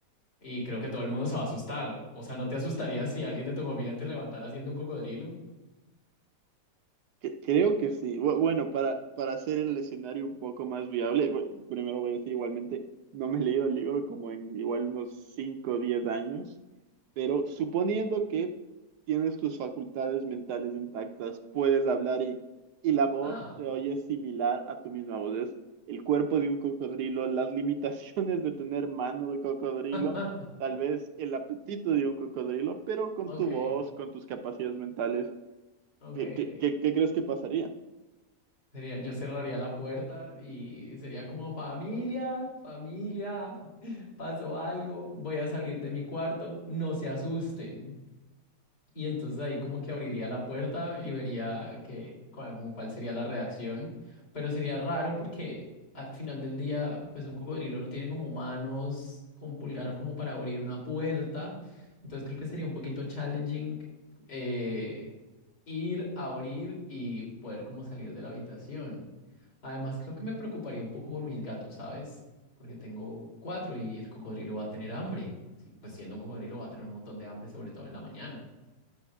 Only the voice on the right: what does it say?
Que- Creo que sí. Bu- Bueno, para, para hacer el escenario un poco más viable, bu- primero voy a decir igualmente, no me he leído el libro como en igual unos 5 o 10 años, pero suponiendo que tienes tus facultades mentales intactas, puedes hablar y, y la voz
se oye similar a tu misma voz. Es el cuerpo de un cocodrilo, las limitaciones de tener mano de cocodrilo,
tal vez el apetito de un cocodrilo, pero con
tu voz, con tus capacidades mentales.
¿Qué, qué,
qué- qué crees que pasaría?